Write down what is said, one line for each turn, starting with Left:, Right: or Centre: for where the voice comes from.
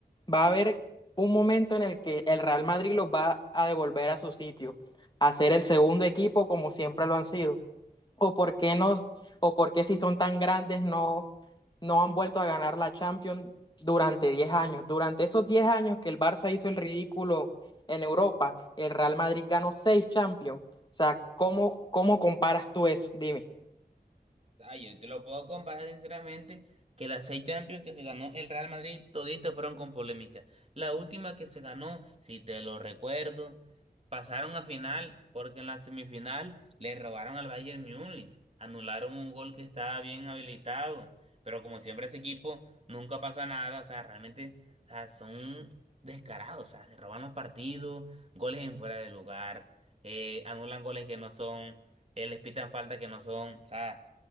Left: va a haber un momento en el que el Real Madrid los va a devolver a su sitio, a ser el segundo equipo como siempre lo han sido. ¿O por qué no? ¿O por qué si son tan grandes no no han vuelto a ganar la Champions durante diez años. Durante esos 10 años que el Barça hizo el ridículo en Europa, el Real Madrid ganó 6 Champions. O sea, ¿cómo, cómo comparas tú eso? Dime.
Right: Ah, yo te lo puedo comparar sinceramente que las seis Champions que se ganó el Real Madrid toditas fueron con polémica. La última que se ganó, si te lo recuerdo, pasaron a final porque en la semifinal le robaron al Bayern Múnich, anularon un gol que estaba bien habilitado, pero como siempre ese equipo nunca pasa nada, o sea, realmente, o sea, son descarados, o sea, se roban los partidos, goles en fuera de lugar, eh, anulan goles que no son, eh, les pitan falta que no son, o sea.